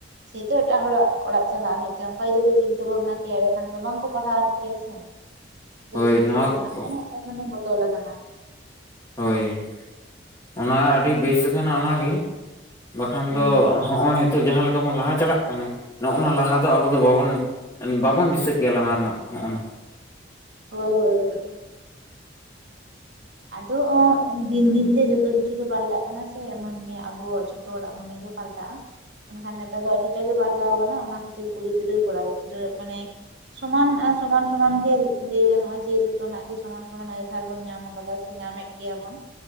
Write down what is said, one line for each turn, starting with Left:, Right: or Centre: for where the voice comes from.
Right: ᱡᱮ ᱛᱚ ᱮᱴᱟᱜ ᱦᱚᱲᱟᱜ ᱚᱲᱟᱜ ᱪᱟᱞᱟᱜ ᱦᱩᱭᱩᱜ ᱛᱮ ᱚᱱᱠᱟ ᱜᱮᱠᱚ ᱪᱤᱱᱛᱶᱹ ᱵᱷᱟᱵᱱᱟ ᱠᱭ ᱮᱰᱮᱠᱷᱟᱱ ᱫᱚ ᱵᱟᱝᱠᱚ ᱯᱟᱲᱦᱟᱣ ᱟᱤᱡ ᱠᱮᱮᱭᱟ ᱥᱮ ᱟᱫᱚ
Left: ᱦᱳᱭ
Right: ᱪᱤᱱᱛᱟᱹ
Left: ᱱᱚᱣᱟ
Right: ᱵᱷᱟᱵᱱᱟ
Left: ᱠᱚ
Right: ᱠᱚ ᱢᱟᱱᱮ ᱵᱚᱫᱚᱞ ᱟᱠᱟᱱᱟ
Left: ᱦᱳᱭ ᱚᱱᱟ ᱟᱹᱰᱤ ᱵᱮᱥ ᱟᱠᱟᱱᱟ ᱚᱱᱟᱜᱮ ᱵᱟᱠᱷᱟᱱ
Right: ᱦᱩᱸ
Left: ᱫᱚ
Right: ᱦᱩᱸ
Left: ᱦᱚᱸᱜ ᱚᱭ ᱦᱮᱛ ᱛᱳᱜ ᱡᱟᱦᱟᱸ ᱞᱮᱠᱟ ᱵᱚᱱ ᱞᱟᱦᱟ ᱪᱟᱞᱟᱜ ᱠᱟᱱᱟ ᱱᱚᱼᱱᱟ ᱞᱟᱦᱟ ᱫᱚ ᱟᱵᱚ ᱫᱚ ᱵᱟᱵᱚᱱ ᱵᱟᱵᱚᱱ ᱫᱤᱥᱟᱹ ᱠᱮᱭᱟ ᱞᱟᱦᱟ ᱨᱮᱱᱟᱜ ᱦᱚᱜᱼᱚ
Right: ᱦᱳᱭ ᱦᱳᱭ ᱦᱳᱭ ᱟᱫᱚ ᱚᱜ ᱫᱤᱱ ᱫᱤᱱ ᱛᱮ ᱡᱚᱛᱚ ᱠᱤᱪᱷᱩ ᱜᱮ ᱯᱟᱞᱴᱟᱜ ᱠᱟᱱᱟ ᱥᱮ. ᱢᱟᱱᱮ ᱢᱮ ᱟᱵᱚᱣᱟᱜ ᱡᱷᱚᱛᱚ ᱦᱚᱲᱟᱜ ᱢᱚᱱᱮ ᱜᱮ ᱯᱟᱞᱴᱟᱜᱼᱟ ᱢᱮᱱᱠᱷᱟᱱ ᱱᱮᱛᱟᱨ ᱫᱚ ᱟᱹᱰᱤᱴᱟ ᱜᱮ ᱯᱟᱞᱴᱟᱣ ᱠᱟᱱᱟ ᱚᱱᱟ ᱠᱷᱟᱹᱛᱤᱨ ᱠᱩᱲᱤ ᱜᱤᱫᱽᱨᱟᱹ ᱠᱚᱲᱟ ᱜᱤᱫᱽᱨᱟᱹ ᱢᱟᱱᱮ ᱥᱚᱢᱟᱱ ᱮ ᱥᱚᱢᱟᱱ ᱥᱚᱢᱟᱱ ᱜᱮ ᱞᱟᱹᱭ ᱜᱟᱱᱚᱜᱼᱟ ᱡᱮ ᱡᱚᱛᱚᱱᱟᱜ ᱜᱮ ᱥᱚᱢᱟᱱ ᱥᱚᱢᱟᱱ ᱟᱭᱫᱷᱟᱨ ᱵᱚᱱ ᱧᱟᱢ ᱟᱠᱟᱫᱟ᱾ ᱥᱮ ᱧᱟᱢᱮᱫ ᱜᱮᱭᱟ ᱵᱚᱱ